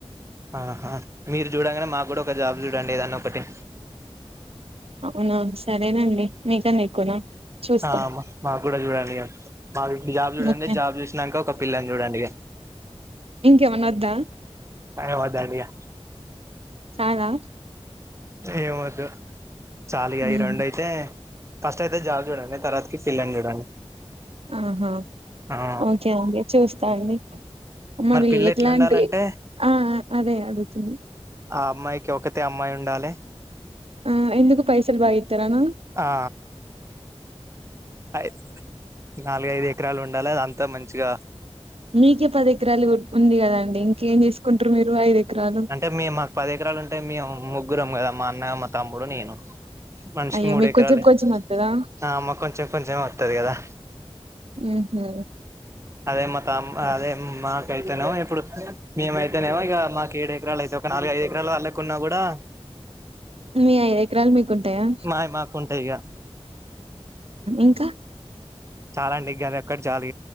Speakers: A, on the right; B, on the right.
A: ఆహా మీరు చూడంగానే మాకు కూడా ఒక జాబ్ చూడండి ఏదాన్న ఒకటి
B: అవునా సరేనండి మీకన ఎక్కువనా చూస్తాం
A: ఆ మాకు కూడా చూడండి ఇగ మాకు జాబ్ చూడండి
B: ఓకే,
A: జాబ్ చూసినాక ఒక పిల్లని చూడండి
B: ఇంకేమన్నా వద్దా
A: ఏ వద్దండిగా
B: చాల
A: ఏమ వద్దు చాలు ఇగ ఈ
B: ఉమ్,
A: రెండు అయితే ఫస్ట్ అయితే జాబ్ చూడండి తర్వాతకి పిల్లని చూడండి
B: ఆహా
A: ఆ
B: ఓకే అండి చూస్తా అండి మరి
A: పిల్ల
B: ఎట్లాంటి
A: ఎట్లుండాలంటే
B: ఆ అదే అడుగుతున్న
A: ఆ అమ్మాయికి ఒకతే అమ్మాయి ఉండాలి
B: ఆ ఎందుకు పైసలు బాగా ఇస్తారనా
A: ఆ అ నాలుగు ఐదు ఎకరాలు ఉండాలి అదంతా మంచిగా
B: మీకే పది ఎకరాలు ఉంది కద అండి ఇంకేం చేసుకుంటారు మీరు ఐదు ఎకరాలు
A: అంటే మేము మాకు పది ఎకరాలు ఉంటే మేము ముగ్గురం కదా మా అన్న మా తమ్ముడు నేను మనిషికి
B: అయ్యో
A: మూడు
B: మీకు
A: ఎకరలే
B: కొంచెం కొంచెం వత్తదా
A: ఆ మాకు కొంచెం కొంచం ఏ వస్తది కదా
B: ఆహ
A: అదే మా త అదే మాకైతేనేమో ఇప్పుడు మేమైతేనేమో ఇక మాకు ఏడు ఎకరాలు అయితే ఒక నాలుగు ఐదు ఎకరాలు వాళ్ళకు ఉన్నా కూడా
B: మీ ఐదు ఎకరాలు మీకుంటాయా
A: మాయి మాకు ఉంటాయి ఇక
B: ఇంకా
A: చాలు అండి ఇగ ఇది ఒక్కటి చాలు